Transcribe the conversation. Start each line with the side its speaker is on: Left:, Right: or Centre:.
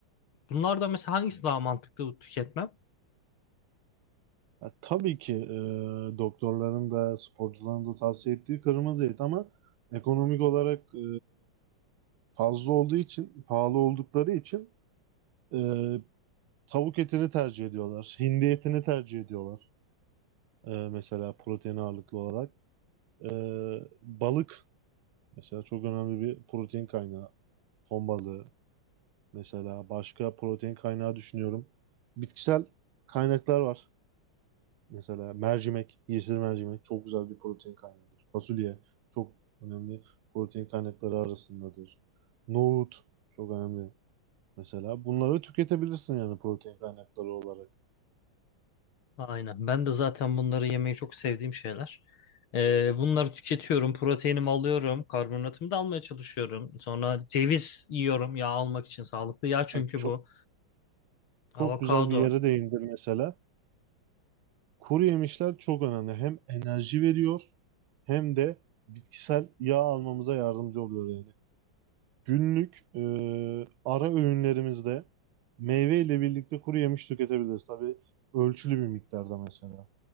Left: Bunlardan mesela hangisi daha mantıklı tüketmem?
Right: Ya tabii ki e, doktorların da sporcuların da tavsiye ettiği kırmızı et ama ekonomik olarak e, fazla olduğu için, pahalı oldukları için e, tavuk etini tercih ediyorlar. Hindi etini tercih ediyorlar. Ee, mesela protein ağırlıklı olarak. Ee, balık mesela çok önemli bir protein kaynağı. Ton balığı mesela başka protein kaynağı düşünüyorum. Bitkisel kaynaklar var. Mesela mercimek, yeşil mercimek çok güzel bir protein kaynağıdır. Fasulye çok önemli protein kaynakları arasındadır. Nohut çok önemli. Mesela bunları tüketebilirsin yani protein kaynakları olarak.
Left: Aynen. Ben de zaten bunları yemeyi çok sevdiğim şeyler. Ee, bunları tüketiyorum. Proteinimi alıyorum. Karbonatımı da almaya çalışıyorum. Sonra ceviz yiyorum yağ almak için. Sağlıklı yağ çünkü
Right: Bak çok
Left: bu.
Right: çok
Left: Avokado.
Right: güzel bir yere değindin mesela. Kuru yemişler çok önemli. Hem enerji veriyor hem de bitkisel yağ almamıza yardımcı oluyor yani. Günlük e, ara öğünlerimizde meyve ile birlikte kuru yemiş tüketebiliriz. Tabii ölçülü bir miktarda mesela.